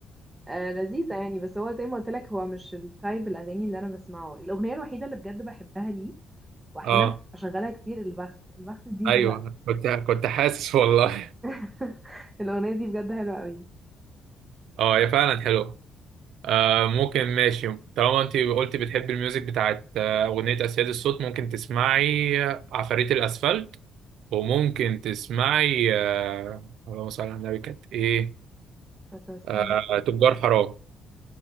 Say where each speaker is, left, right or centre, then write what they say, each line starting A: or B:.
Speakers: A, on the right; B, on the right.
A: آه لذيذة يعني بس هو زي ما قلت لك هو مش التايب الأغاني اللي أنا بسمعه الأغنية الوحيدة اللي بجد بحبها ليه وأحيانا
B: اه
A: بشغلها كتير البخت البخت دي
B: ايوه
A: حلوة أوي.
B: كنت كنت حاسس والله
A: <laughs> الأغنية دي بجد حلوة قوي
B: اه هي فعلا حلوه آه ممكن ماشي طالما انت قلتي بتحبي الميوزك بتاعت آه، اغنية اسياد الصوت ممكن تسمعي آه، عفاريت الاسفلت وممكن تسمعي آه اللهم صل على النبي كانت ايه
A: السلام
B: آه تجار حرام